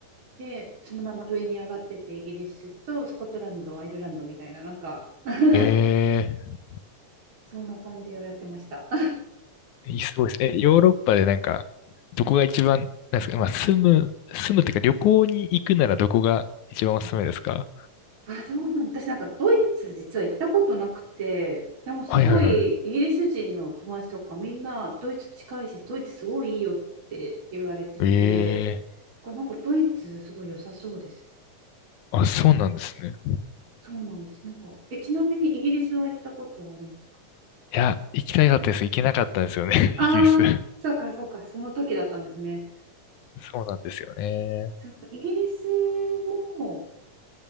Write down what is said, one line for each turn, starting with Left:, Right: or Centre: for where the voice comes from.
Right: で、そのまま上に上がってて、イギリスとスコットランド、アイルランドみたいな、なんか <laughs>
Left: えー
Right: そんな感じをやってました。
Left: いいすごいです。え、ヨーロッパでなんか、どこが一番、なんですか、まあ、住む、住むっていうか旅行に行くならどこが一番おすすめですか
Right: あ、そうなん私なんかドイツ実は行ったことなくて、でもすごいイギリス人の友達とかみんなドイツ近いし、
Left: はいはいはい。
Right: ドイツすごいいいよって言われてて、
Left: ええ
Right: なんかドイツすごい良さそうですよ。
Left: ー、あ、そうなんですね。
Right: そうなんです。なんか、え、ちなみにイギリスは行ったことはありますか
Left: いや、行きたかったです。行けなかったんですよね、
Right: ああー、
Left: <laughs> イギリス。
Right: そうかそうか、その時だったんですね。
Left: そうなんですよね。
Right: そうか、イギリスも、